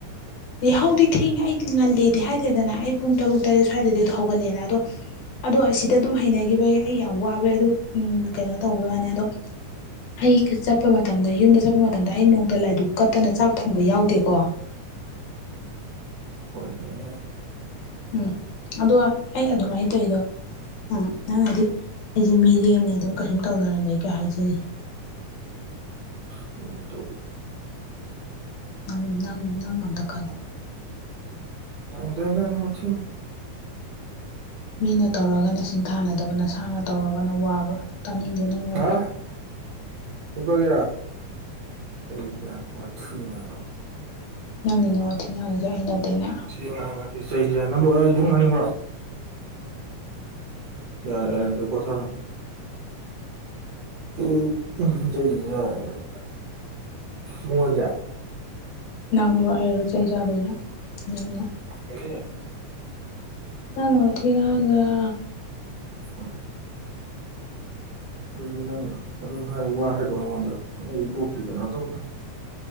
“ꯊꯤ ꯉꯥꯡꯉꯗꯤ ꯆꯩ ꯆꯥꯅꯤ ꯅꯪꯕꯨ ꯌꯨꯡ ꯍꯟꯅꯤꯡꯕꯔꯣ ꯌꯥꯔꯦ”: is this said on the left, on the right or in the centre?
Right